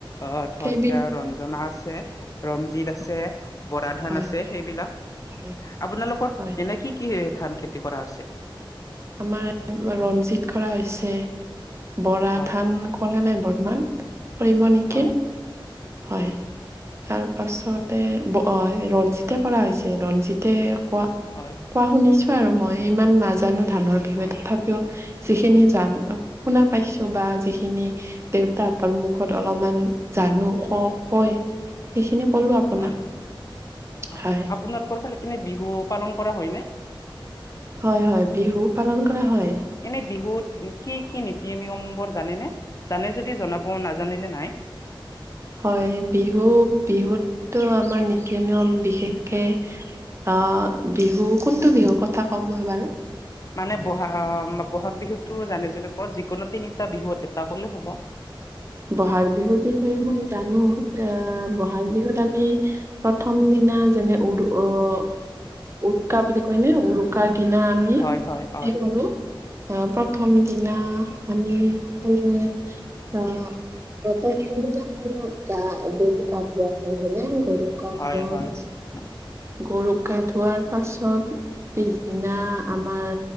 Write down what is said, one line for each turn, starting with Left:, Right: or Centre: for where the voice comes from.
Left: অ', ধৰ
Right: কেইবিধ
Left: এতিয়া ৰঞ্জনা আছে ৰঞ্জিত আছে, বৰা ধান
Right: হয়
Left: আছে সেইবিলাক
Right: হয়
Left: আপোনালোকৰ
Right: হয়।
Left: এনে কি কি ধান খেতি কৰা হৈছে
Right: আমাৰ ৰঞ্জিত কৰা হৈছে বৰা
Left: হয়
Right: ধান কৰা নাই বৰ্তমান কৰিব নেকি
Left: হয়
Right: হয় তাৰ পাছতে ৰঞ্জিতে কৰা হৈছে ৰঞ্জিতে কোৱা
Left: হয়।
Right: খোৱা শুনিছোঁ আৰু মই ইমান নাজানো ধানৰ বিষয়ে
Left: হয়
Right: তথাপি কিয় যিখিনি জান শুনা পাইছো বা যিখিনি দেউতাকৰ মুখত অলপমান জানো ক কয় সেইখিনি কলো আপোনাক
Left: হয় অ',
Right: হয়
Left: আপোনালোকৰ ফালে এনে বিহু পালন কৰা হয়নে?
Right: হয় হয় বিহু পালন কৰা হয়।
Left: এনে বিহুত কি কি নীতি নিয়ম বোৰ জানেনে জানে যদি জনাব নাজানিলে নাই
Right: হয় বিহু বিহুতো আমাৰ নীতি নিয়ম বিশেষকে অ', বিহু কোনটো বিহুৰ কথা ক'ম মই বাৰু
Left: মানে বহাগ বহাগ বিহুতটো জানে জোনে ক যিকোনো তিনিটা বিহুত এটা হ'লে হ'ব
Right: বহাগ বিহুৰ বিষয়ে মই জানো আহ বহাগ বিহুত আমি প্ৰথম দিনা যেনে উৰু আহ উৰুকা বুলি কয়নে উৰুকা কাৰ দিনা আমি
Left: হয় হয় হয়
Right: হে কৰোঁ। অহ প্ৰথম দিনা
Left: হয়
Right: আমি সকলোৱে আহ <unintelligible>
Left: হয় <unintelligible>
Right: গৰুক গা ধোৱাৰ পাছত। পিছদিনা, আমাৰ